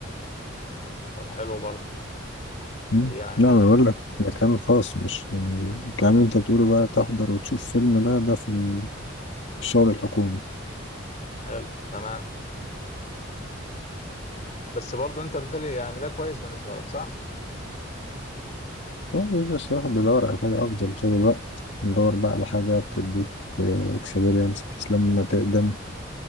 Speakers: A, on the left (about 35°); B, on the left (about 60°).
A: طب حلو برضه
B: مم.
A: في يعني
B: لا انا بقول لك مكان خاص مش الكلام اللي انت بتقوله بقى تحضر وتشوف فيلم ده ده في الشغل الحكومي
A: حلو تمام بس برضه انت بتهيألي يعني ده كويس بالنسبة لك صح
B: هو بس الواحد بيدور على حاجة أفضل طول الوقت بيدور بقى على حاجة بتديك اكسبيرينس بحيث لما تقدم